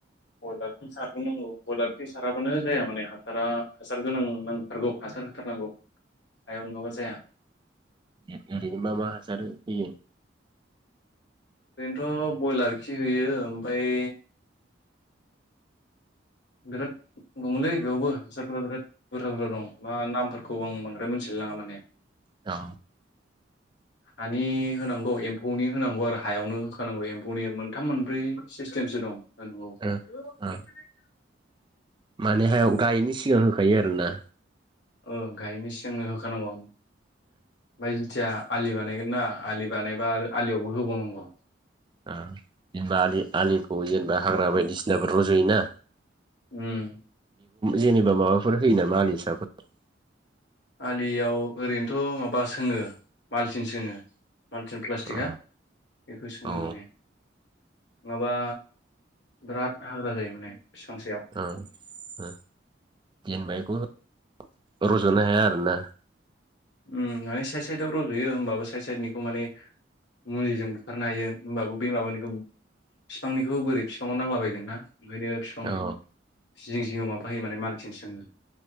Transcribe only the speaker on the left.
अला स <unintelligible> नंगौ नंगौ बयलार खि साराबानो जाया माने हासारा हासार गोनां नांथारगौ हासार होथारनांगौ। हायाव नङाबा जाया।
ओरैनोथ' ब्रयलार खि होयो ओमफफ्राय बिराद दंलै बेयावबो हासारफोरा बिराद बुरजा बुरजा दं मा नामफोरखौ आं बांद्राय मिथिया। लाङा माने
हानि होनांगौ एम्फौनि होनांगौ आरो हायावनो होखानांगौ एम्फौनि मोनथाम मोनब्रै सिस्टेमसो दं।
ह <unintelligible>
औ गायनि सिगांनो होखानांगौ ओमफ्राय जुथिया आलि बानायगोन ना आलि बानायबा आरो आलियावबो होबावनांगौ।
उम।
आलियाव ओरैनोथ' माबा सोङो मालसिं सोङो। माल्टिन प्लास्टिकआ
बेखौ सोङो
माने नङाबा बिराद हाग्रा जायो माने बिफां सायाव
ओम माने साइद साइदआव रज'यो होमबाबो साइड साइडनिखौ माने मुलिजों बुथारनो हायो होमबाबो बै माबानिखौ बिफांनिखौ बोरै बिफां आव नांलाबायगोन ना ओंखायनो बिफां
जिं जिंआव माबा होयो माने मालथिं सोङो